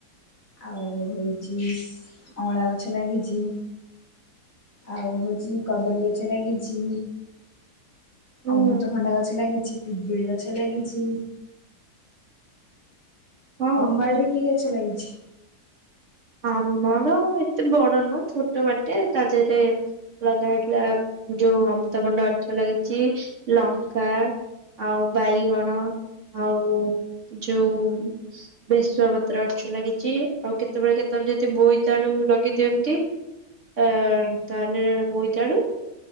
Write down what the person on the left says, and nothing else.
ଆଉ ହଉଛି ଅଁଳା ଗଛ ଲାଗିଛି। ଆଉ ହଉଛି କଦଳୀ ଗଛ ଲାଗିଛି।
ଅମୃତଭଣ୍ଡା ଗଛ ଲାଗିଛି ପିଜୁଳି ଗଛ ଲାଗିଛି।
ତମ ବାଡିରେ କି ଗଛ ଲାଗିଛି?